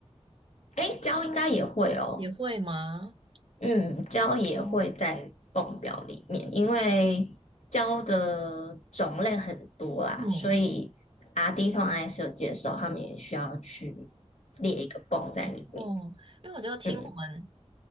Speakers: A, on the left; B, on the right.
A: 诶，胶应该也会哦。
B: 也会吗？
A: 嗯，胶也会在泵表里面，
B: 嗯
A: 因为胶的种类很多啦，
B: 嗯
A: 所以 RD 通常在设计的时候他们也需要去列一个泵在里面。
B: 嗯，因为我就听我们
A: 嗯，